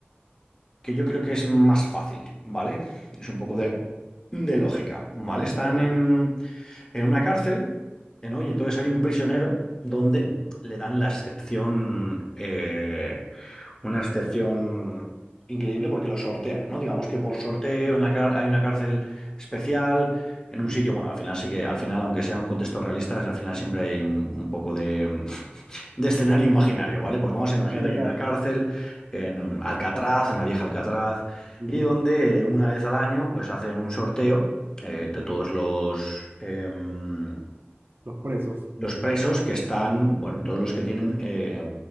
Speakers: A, on the left (about 20°); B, on the right (about 55°).
A: que yo creo que es más fácil, ¿vale? Es un poco
B: Ya,
A: de, de lógica, ¿vale? Están
B: ok.
A: en, en una cárcel, ¿no? Y entonces hay un prisionero donde
B: ujú,
A: le dan la excepción... eh, una excepción increíble porque lo sortean, ¿no? Digamos que por sorteo en la cár- hay una cárcel especial, en
B: ujú,
A: un sitio, bueno, al final sí que, al final, aunque sea un contexto realista, al final siempre hay un, un poco de, <laughs> de escenario imaginario, ¿vale? Pues vamos a imagínate
B: Sí,
A: que
B: claro.
A: hay una cárcel en um, Alcatraz, en la vieja Alcatraz,
B: ujú,
A: y donde eh, una vez al año pues hacen un sorteo eh, de
B: ujú,
A: todos los... em,
B: Los presos.
A: los presos que están, bueno, todos los que tienen, eh,